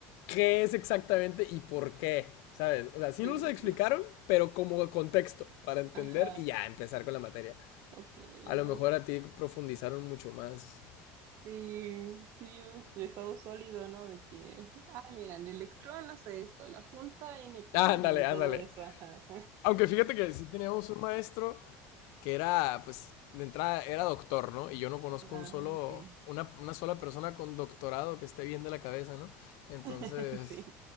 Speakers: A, on the left (about 70°); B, on the right (about 50°).
A: qué es exactamente y por qué, ¿sabes? O sea, sí
B: Sí,
A: nos lo explicaron, pero como contexto, para entender
B: ajá,
A: y ya empezar con la materia.
B: ok,
A: A lo
B: no
A: mejor a ti profundizaron mucho más.
B: Sí, sí, el estado sólido, ¿no? De que, ah, mira, el electrón hace esto, la junta N P
A: Ah,
B: y
A: ándale, ándale.
B: todo eso, ajá.
A: Aunque fíjate que sí teníamos un maestro que era, pues, de entrada era doctor, ¿no? Y yo no conozco
B: Ah,
A: un solo,
B: ok.
A: una, una sola persona con doctorado que esté bien de la cabeza, ¿no? Entonces,
B: <laughs> Sí.